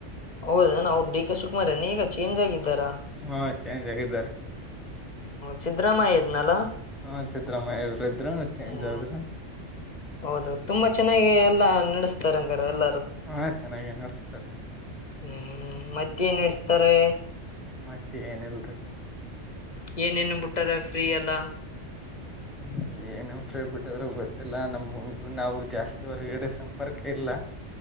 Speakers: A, on the left (about 45°); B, in the centre.
A: ಹೌದಣ ಅವರು ಡಿ ಕೆ ಶುಮಾರ್ಯನ ಈಗ ಚೇಂಜ್ ಆಗಿದ್ದ. ರ.
B: ಹಾ ಚೇಂಜ್ ಆಗಿದ್ದಾರೆ.
A: ಸಿದ್ದರಾಮಯ್ಯ ಇದ್ನಲ್ಲ
B: ಹಾ ಸಿದ್ದರಾಮಯ್ಯ ಇವರು ಇದ್ರು ಚೇಂಜ್
A: ಹ್ಮ
B: ಆದ್ರ.
A: ಹೌದು ತುಂಬಾ ಚೆನ್ನಾಗಿ ಎಲ್ಲಾ ನಡೆಸ್ತಾರೆ ಹಂಗಾರ ಎಲ್ಲಾರ.
B: ಹಾ ಚೆನ್ನಾಗೇ ನಡೆಸ್ತಾರೆ.
A: ಹ್ಮ್ ಮತ್ತೆ ಏನ್ ನಡ್ಸ್ತಾರೆ.
B: ಮತ್ತೆ ಏನಲ್ರಿ.
A: ಏನೇನ್ ಬಿಟ್ಟಾರ. ಫ್ರೀ ಎಲ್ಲ
B: ಹ. ಏನಮ್ ಫ್ರೆಂಡ್ ಬಿಟ್ಟದ್ರ ಗೊತ್ತಿಲ್ಲ ನಮಗ ನಾವು ಜಾಸ್ತಿ ಹೊರ್ಗಡೆ ಸಂಪರ್ಕ ಇಲ್ಲ.